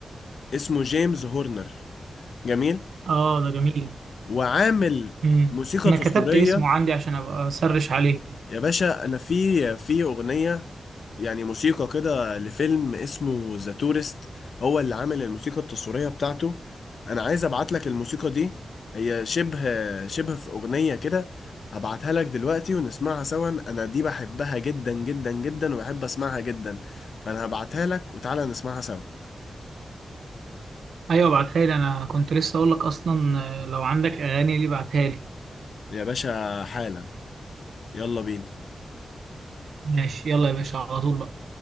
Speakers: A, on the left; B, on the right.
A: اسمه جيمس هورنر جميل
B: اه ده جميل
A: وعامل
B: امم
A: موسيقى
B: انا
A: تصويرية
B: كتبت اسمه عندي عشان ابقى اسرش عليه
A: يا باشا انا في في اغنية يعني موسيقى كده لفيلم اسمه ذا تورست هو اللي عامل الموسيقى التصويرية بتاعته انا عايز ابعت لك الموسيقى دي هي شبه شبه في اغنية كده هبعتها لك دلوقتي ونسمعها سوا انا دي بحبها جدا جدا جدا وبحب اسمعها جدا فانا هبعتها لك وتعالى نسمعها سوا
B: ايوه ابعتها لي انا كنت لسه اقول لك اصلا آه، لو عندك اغاني ليه بعتها لي
A: يا باشا حالا يلا بينا
B: ماشي يلا يا باشا على طول بقى